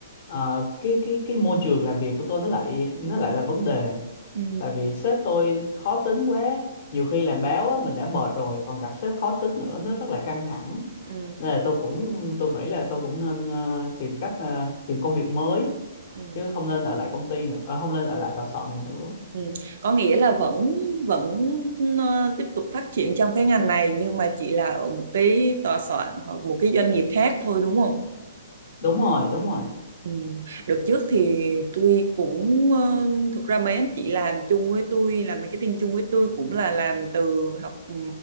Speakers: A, on the left; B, on the right.
A: ờ, cái cái cái môi trường làm việc của tôi nó lại nó lại là vấn đề
B: Ừ.
A: tại vì sếp tôi khó tính quá nhiều khi làm báo á, mình đã mệt rồi còn gặp sếp khó tính nữa nó rất là căng thẳng
B: Ừ,
A: nên là tôi cũng tôi nghĩ là tôi cũng nên ờ, tìm cách ờ, tìm công việc mới
B: ừ,
A: chứ không nên ở lại công ty nữa ờ, không nên ở lại tòa soạn này nữa
B: Ừ. Có nghĩa là vẫn vẫn ờ, tiếp tục phát triển trong cái ngành này nhưng mà chỉ là ở một cái tòa soạn hoặc một cái doanh nghiệp khác thôi đúng không?
A: đúng rồi đúng rồi
B: Ừ. Đợt trước thì tôi cũng ờ, thực ra mấy anh chị làm chung với tôi làm marketing chung với tôi cũng là làm từ học ừ,